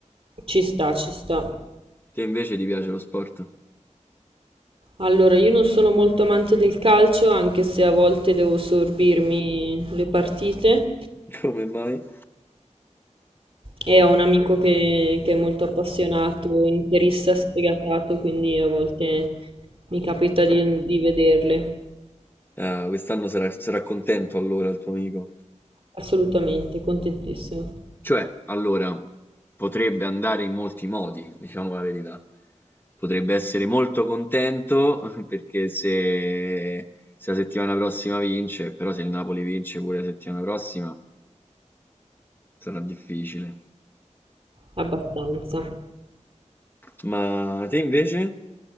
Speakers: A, on the right (about 45°); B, on the left (about 15°).
A: Ci sta, ci sta.
B: Te invece ti piace lo sport?
A: Allora, io non sono molto amante del calcio, anche se a volte devo sorbirmi le partite.
B: <laughs> Come mai?
A: E ho un amico che, che è molto appassionato, interista sfegatato, quindi a volte mi capita di, di vederle.
B: Ah, quest'anno sarà, sarà contento allora il tuo amico.
A: Assolutamente, contentissimo.
B: Cioè, allora, potrebbe andare in molti modi, diciamo la verità. Potrebbe essere molto contento <laughs> perché se, se la settimana prossima vince, però se il Napoli vince pure la settimana prossima sarà difficile.
A: Abbastanza.
B: Ma te invece?